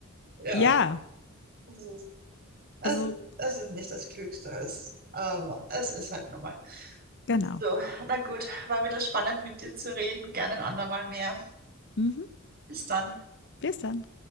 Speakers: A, on the right; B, on the left.
A: ja.
B: Ja,
A: Also, also,
B: also
A: das ist nicht das Klügste. Es ist, aber es ist halt normal.
B: genau.
A: So, na gut, war wieder spannend mit dir zu reden. Gerne ein andermal mehr.
B: Mhm.
A: Bis dann.
B: Bis dann.